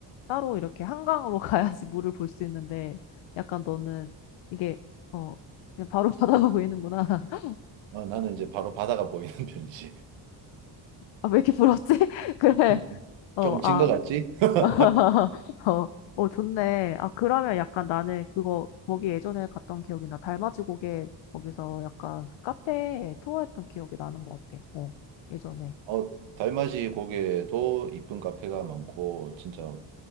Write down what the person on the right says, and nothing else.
어, 나는 이제 바로 바다가 보이는 <laughs> 편이지.
<laughs>
조금 진
것 같지? <laughs>
어, 달맞이 고개도 이쁜 카페가 많고, 진짜